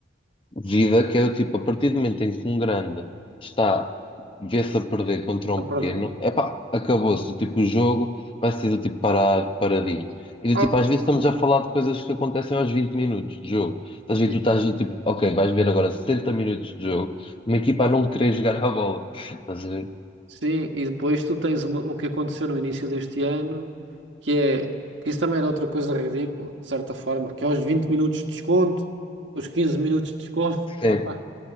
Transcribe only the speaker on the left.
vida que é do tipo, a partir do momento em que um grande está, vê-se a perder contra um
pequeno, epá, acabou-se, do tipo, o jogo vai ser do tipo parado, paradinho. E do
tipo, às vezes estamos a falar de coisas que acontecem aos 20 minutos de jogo. Estás a ver, tu
estás do tipo, ok, vais ver agora 70 minutos de jogo, uma equipa a não querer jogar a bola. Estás a ver?
É.